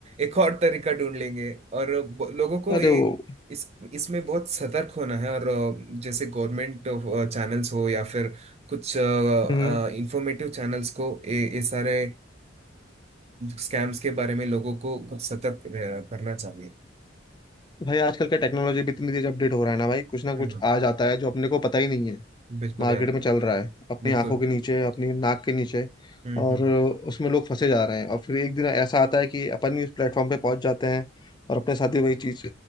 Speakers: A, on the right; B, on the left.
A: एक और तरीका ढूंढ लेंगे और ब- लोगों को
B: भाई अरे
A: ये
B: वो
A: इस इसमें बहुत सतर्क होना है और अ, जैसे गवर्नमेंट चैनल्स हो या फिर कुछ इंफॉर्मेटिव
B: हम्म
A: चैनल्स को ये ये सारे स्कैम्स के बारे में लोगों को कुछ सतर्क रह- करना चाहिए
B: भाई आजकल का टेक्नोलॉजी भी इतनी तेज अपडेट हो रहा है ना भाई कुछ ना
A: हम्म
B: कुछ आ जाता है जो अपने को पता ही नहीं है
A: बिल्कुल
B: मार्केट
A: यार
B: में चल रहा है अपनी
A: बिल्कुल
B: आंखों के नीचे अपनी नाक के नीचे
A: हम्म
B: और
A: हम्म
B: उसमें लोग फंसे जा रहे हैं और फिर एक दिन ऐसा आता है कि अपन भी उस प्लेटफॉर्म पे पहुंच जाते हैं और अपने साथ ही वही चीज